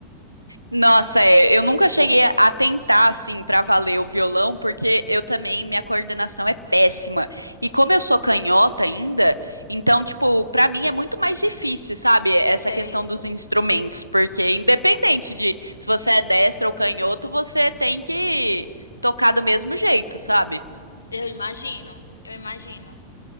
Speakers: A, on the right; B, on the left.
A: Nossa, é, eu nunca cheguei a a tentar assim pra valer o violão, porque eu também minha coordenação é péssima. E como eu sou canhota ainda, então tipo, pra mim é muito mais difícil, sabe? Essa
B: Sei,
A: questão dos instrumentos, porque independente de se você é destro ou canhoto, você tem que tocar do mesmo jeito, sabe?
B: eu imagino, eu imagino.